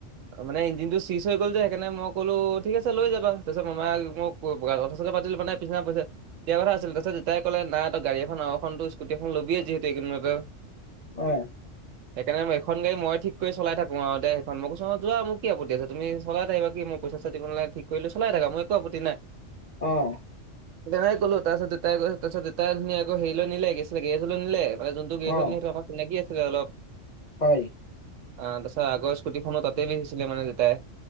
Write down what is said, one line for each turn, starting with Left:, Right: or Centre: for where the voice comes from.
Right: অ মানে ইঞ্িন টো চুইচ হৈ গল যে সেইকাৰণে মই কলো ঠিক আছে লৈ যা তাৰপিছত মাই মোক বনাই পিছনা পইছো এতিয়া কথা আছিল তাৰপিতউাই কলে নাই তই গাড়ী এখন আৰুখনত স্কটি এখন ল'বিে যিহেতু কিলোমতে
Left: উম
Right: সেইকাৰণেই এখন গাড় মই িক কৰি চাই থাকো আৰু দেেইখন মোকোচ যোৱা মোৰ কি আপতি আছে তুমি চলাই থাকিবা কি মইচাতি নালাগ িক কৰিলেো চাই থাক মই একো আপত্ত নাই
Left: আহ
Right: নোই কলো তাৰপিছতাই ত পাছতাই ধুন আকৌেৰিলৈ নিলে গেজলৈ নিলে মানে যোনটো গছ
Left: অ
Right: নিে আমাক চ লাগি আছিলে অলপ
Left: হয়
Right: অ তাৰিছত আগৰ স্কুটিখনো তাতেই হৈছিলে মানে দেতাই